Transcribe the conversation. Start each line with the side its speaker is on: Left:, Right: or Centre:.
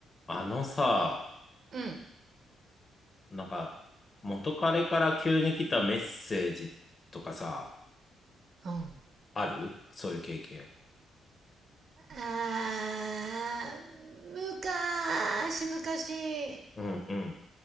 Left: あのさ、
Right: うん。
Left: なんか、元彼から急に来たメッセージとかさ、
Right: うん。
Left: あるそういう経験。
Right: あー、昔昔
Left: うんうん。